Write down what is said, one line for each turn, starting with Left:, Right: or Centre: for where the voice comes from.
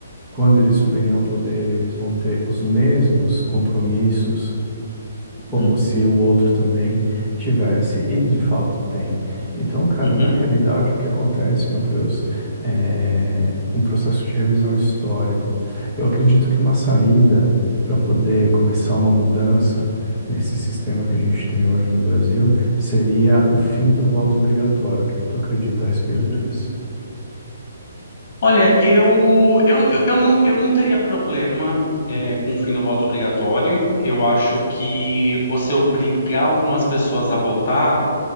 Centre: Quando eles subirem ao poder, eles vão ter os mesmos compromissos, como
Left: uhum,
Centre: se o outro também tivesse, e de fato tem. Então, cara,
Left: uhum,
Centre: na
Left: uhum,
Centre: realidade, o que acontece, Matheus, é um processo de revisão histórico. Eu acredito que uma saída para poder começar uma mudança nesse sistema que a gente tem hoje no Brasil seria o fim do voto obrigatório. O que que tu acredita a respeito
Left: uhum.
Centre: disso?
Left: Olha, eu, eu, eu, eu não, eu não teria problema é, com o fim do voto obrigatório. Eu acho que você obrigar algumas pessoas a votar